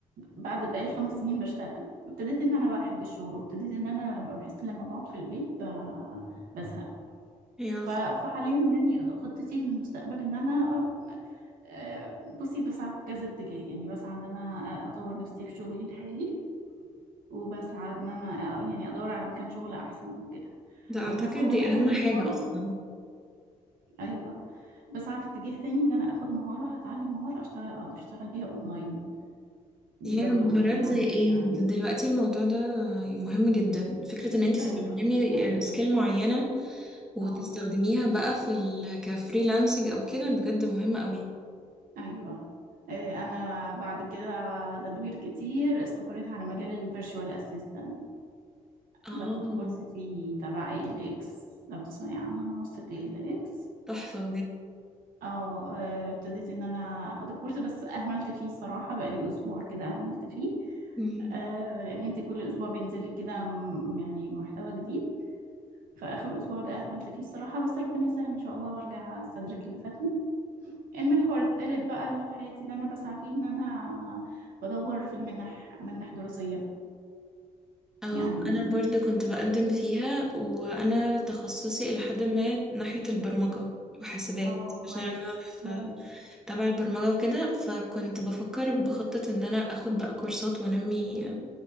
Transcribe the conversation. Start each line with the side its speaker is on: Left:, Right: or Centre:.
Right: بعد بقالي خمس سنين بشتغل ابتديت إن أنا بحب الشغل وابتديت إن أنا لما بحس لما بقعد في البيت ب- بزهق
Centre: ايوه
Right: ف-
Centre: ف...
Right: فحاليا يعني خطتي للمستقبل ان انا آه، بصي بسعى في كذا اتجاه يعني بسعى ان انا اطور نفسي في شغلي الحالي وبسعى ان انا آه، يعني ادور على مكان شغل احسن او كده
Centre: ده أعتقد
Right: وبسعى ان
Centre: دي
Right: انا
Centre: أهم
Right: اخد
Centre: حاجة
Right: مهارة
Centre: أصلا
Right: ايوه بسعى في اتجاه تاني ان انا اخد مهارة هتعلم مهارة اشتغل اقدر اشتغل بيها اونلاين دي
Centre: يا
Right: برضو
Centre: مهارات
Right: امنية عندي
Centre: زي ايه
Right: يعني
Centre: د- دلوقتي الموضوع ده مهم جدا فكرة ان انتي
Right: ايوه
Centre: تتعلمي
Right: ايوه
Centre: سكيل معينة وتستخدميها
Right: اه
Centre: بقى في ال... كفريلانسنج او كده بجد مهمة قوي
Right: ايوه آه، انا بعد كده تدوير كتير استقريت على مجال الفيرتشوال اسيستنت
Centre: اه
Right: باخد كورس فيه تبع اي ال اكس لو تسمعي عنها منصة اي ال اكس
Centre: تحفة
Right: اه آه، ابتديت ان انا اخد الكورس بس اهملت فيه الصراحة بقالي اسبوع كده اهملت فيه
Centre: بجد
Right: آه لان انت كل اسبوع بينزل لك كده م- يعني محتوى جديد فاخر اسبوع ده اهملت فيه الصراحة بس ربنا يسهل ان شاء الله وارجع استدرك اللي فاتني المحور الثالث بقى اللي في حياتي اللي انا بسعى فيه ان انا بدور في المنح منح دراسية
Centre: اه
Right: يعني
Centre: انا برضو كنت بقدم فيها وانا تخصصي الى حد ما ناحية البرمجة وحاسبات
Right: اه
Centre: عشان
Right: كويس
Centre: انا في
Right: كويس
Centre: تبع البرمجة وكده فكنت بفكر بخطط ان انا اخد بقى كورسات وانمي